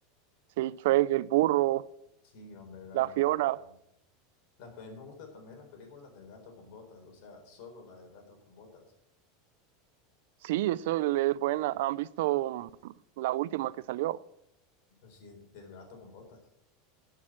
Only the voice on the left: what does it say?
Sí, hombre, el gato
con botas. Las, pe- me gustan también las películas del gato con botas, o sea, solo la del gato con botas.
Pues sí, del gato con botas.